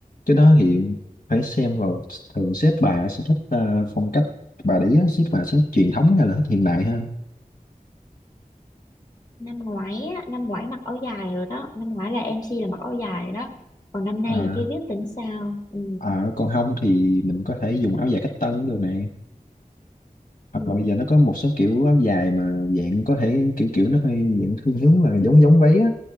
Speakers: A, on the left (about 55°); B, on the left (about 25°).
A: cái đó thì phải xem vào thường sếp bà sẽ thích ờ, phong cách bà đấy á, sếp bà sẽ thích truyền thống hay là thích hiện đại ha
B: năm ngoái á, năm ngoái mặc áo dài rồi đó năm ngoái là MC là mặc áo dài rồi đó còn năm nay
A: à,
B: thì chưa biết tính sao ừ
A: à, còn không thì mình có thể dùng áo dài cách tân cũng được này hoặc
B: ừ
A: là bây giờ nó có một số kiểu áo dài mà dạng có thể kiểu kiểu nó hơi dạng thiên hướng là giống giống váy á